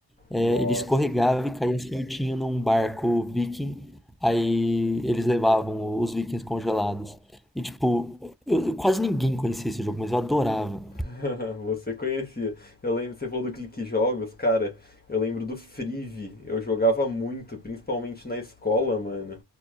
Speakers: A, in the centre; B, on the left.
A: É,
B: Nossa.
A: ele escorregava e caía certinho num barco viking, aí eles levavam os vikings congelados. E tipo, eu, eu- quase ninguém conhecia esse jogo, mas eu adorava.
B: <laughs> Você conhecia. Eu lembro, você falou do Clique Jogos, cara, eu lembro do Frive. Eu jogava muito, principalmente na escola, mano.